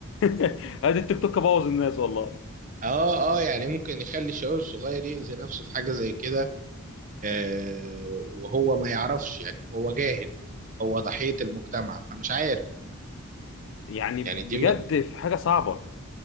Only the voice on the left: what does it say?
<laughs> ادي التيك توك بوظ الناس والله
يعني بجد
في حاجة صعبة